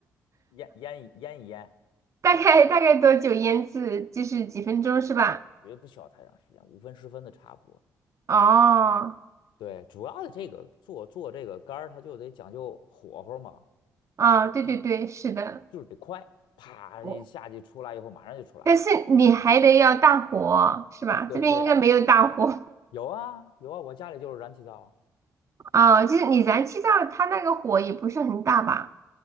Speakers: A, on the left; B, on the right.
A: 腌腌一腌一腌，
B: 大概大概多久腌制？就是几分钟是吧？
A: 也不需要太长时间，五分十分的差不多。
B: 哦，
A: 对，主要的这个做做这个干儿，它就得讲究火候嘛，
B: 啊，对对对，
A: 就
B: 是的，
A: 就是得快，啪一下去出来以后马上就出来。
B: 我但是你还得要大火是吧？
A: 对对啊，
B: 这边应该没有大火
A: 有啊有啊，我家里就是燃气灶啊，
B: <laughs> 啊，就是你燃气灶它那个火也不是很大吧？